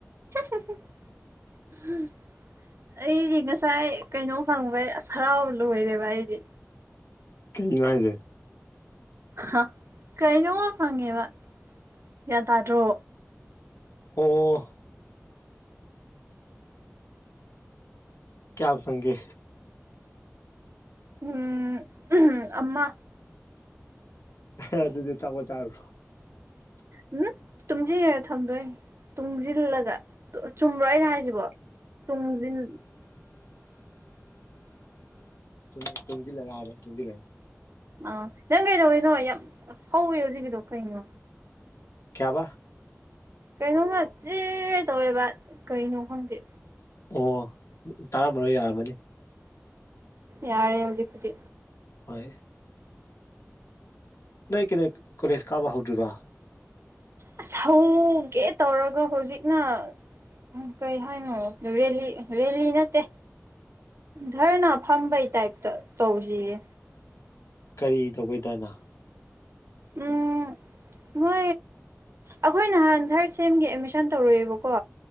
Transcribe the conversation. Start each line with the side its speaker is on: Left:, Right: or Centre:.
Right: ꯎꯝ <unintelligible> ꯑꯩꯗꯤ ꯉꯁꯥꯏ ꯀꯩꯅꯣ ꯐꯪꯕꯩ ꯑꯁ ꯍꯔꯥꯎꯕ ꯂꯣꯏꯔꯦꯕ ꯑꯩꯗꯤ
Left: ꯀꯩꯅꯣ ꯍꯥꯏꯁꯦ
Right: ꯍꯥ ꯀꯩꯅꯣꯝ ꯐꯪꯉꯦꯕ ꯒ꯭ꯌꯥꯟ ꯇꯥꯗ꯭ꯔꯣ
Left: ꯑꯣ ꯀꯌꯥ ꯐꯪꯒꯦ
Right: ꯎꯝ ꯑꯃ
Left: ꯍ ꯑꯗꯨꯗꯤ ꯆꯥꯄꯣꯠ ꯆꯥꯔꯨꯔꯣ
Right: ꯎꯝ ꯇꯨꯡꯁꯤꯟꯂ ꯊꯝꯗꯣꯏꯅꯦ ꯇꯨꯡꯖꯤꯜꯂꯒ ꯆꯨꯝꯕꯔꯣ ꯑꯩꯅ ꯍꯥꯏꯁꯤꯕꯣ ꯇꯨꯝꯖꯤꯟ
Left: ꯆꯨꯝꯃꯦ ꯇꯨꯡꯖꯤꯜꯂꯒ ꯍꯥꯏꯕ ꯇꯨꯡꯖꯤꯜꯂꯒ
Right: ꯑꯥ ꯅꯪ ꯀꯩꯗꯧꯕꯩꯅꯣ ꯌꯥꯝ ꯍꯧꯋꯦ ꯍꯧꯖꯤꯛꯀꯤꯗꯣ ꯀꯩꯅꯣ
Left: ꯀꯌꯥꯕ
Right: ꯀꯩꯅꯣꯝꯃ ꯆꯦ ꯍꯦ ꯇꯧꯋꯦꯕ ꯀꯩꯅꯣ ꯈꯪꯗꯦ
Left: ꯑꯣ ꯇꯥꯔꯝꯃꯔꯣꯏ ꯌꯥꯔꯝꯃꯅꯤ
Right: ꯌꯥꯔꯦ ꯍꯧꯖꯤꯛꯄꯨꯗꯤ
Left: ꯍꯣꯏ ꯅꯣꯏ ꯀꯩꯅꯣ ꯀꯣꯂꯦꯖ ꯀꯥꯕ ꯍꯧꯗ꯭ꯔꯤꯕꯥ
Right: ꯑꯁ ꯍꯧꯒꯦ ꯇꯧꯔꯒ ꯍꯧꯖꯤꯛꯅ ꯎꯝ ꯀꯩ ꯍꯥꯏꯅꯣ ꯔꯦꯂꯤ ꯔꯦꯂꯤ ꯅꯠꯇꯦ ꯙꯔꯅ ꯐꯝꯕꯩ ꯇꯥꯏꯞꯇ ꯇꯧꯔꯤꯌꯦ
Left: ꯀꯔꯤ ꯇꯧꯕꯩ ꯙꯔꯅ
Right: ꯎꯝ ꯃꯣꯏ ꯑꯩꯈꯣꯏ ꯅꯍꯥꯟ ꯊꯥꯔꯠ ꯁꯦꯝꯒꯤ ꯑꯦꯠꯃꯤꯁꯟ ꯇꯧꯔꯦꯕꯀꯣ